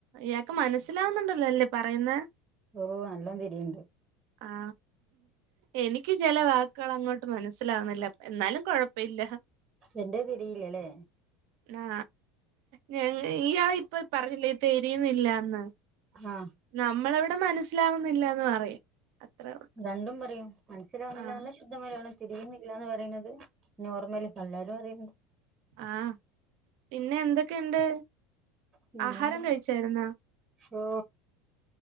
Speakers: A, on the right (about 65°); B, on the right (about 35°).
A: ഇയാക്ക് മനസ്സിലാവുന്നുണ്ടല്ലോ അല്ലേ പറയുന്നെ?
B: ഓ നല്ലോന്നതിരിയു
A: ആ എനിക്ക് ചില വാക്കുകൾ അങ്ങോട്ട് മനസ്സിലാവുന്നില്ല. എന്നാലും കൊഴപ്പമില്ല.
B: എന്റെ തിരീലല്ലേ?
A: ആ ഞ ഇയാൾ ഇപ്പ തരിയുന്നില്ലാന്ന്
B: ആഹ്
A: നമ്മള എവിടെ മനസ്സിലാവുന്നില്ലന്ന് പറയും. അത്രേ ഒള്ളൂ.
B: രണ്ടും പറയും മനസ്സിലാവുന്നില്ലാന്നുള്ള
A: ആഹ്
B: ശുദ്ധമലയാള തിരിയുന്നില്ലന്ന് പറയുന്നത് നോർമല് തള്ളേരും പറയുന്നത്
A: ആ പിന്നെ എന്തൊക്കെയുണ്ട്
B: പിന്നെന്താ
A: ആഹാരം കഴിച്ചാരുന്നോ?
B: ഓ